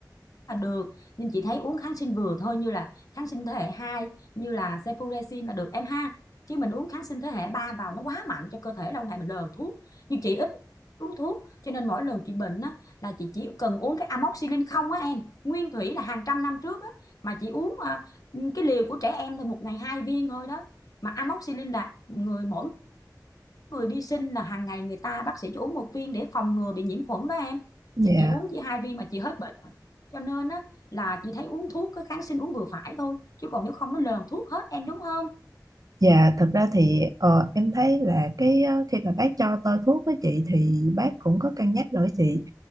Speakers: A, on the left; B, on the right.
A: là được nhưng chị thấy uống kháng sinh vừa thôi như là kháng sinh thế hệ 2 như là cefuroxim là được em ha chứ mình uống kháng sinh thế hệ 3 vào nó quá mạnh cho cơ thể lâu ngày mình lờn thuốc nhưng chị ít uống thuốc cho nên mỗi lần chị bệnh á, là chị chỉ cần uống cái amoxicillin không á em nguyên thủy là hàng trăm năm trước á, mà chị uống à, cái liều của trẻ em thôi một ngày hai viên thôi đó mà amoxicillin là người mỗi người đi sinh là hàng ngày người ta bác sĩ cho uống một viên để phòng ngừa bị nhiễm khuẩn đó em
B: dạ
A: thì chị uống chỉ hai viên mà chị hết bệnh cho nên á là chị thấy uống thuốc cái kháng sinh uống vừa phải thôi chứ còn nếu không nó lờn thuốc hết em đúng không
B: Dạ, thật ra thì ờ, em thấy là cái ờ, khi mà bác cho tôi thuốc với chị thì bác cũng có cân nhắc đổi chị.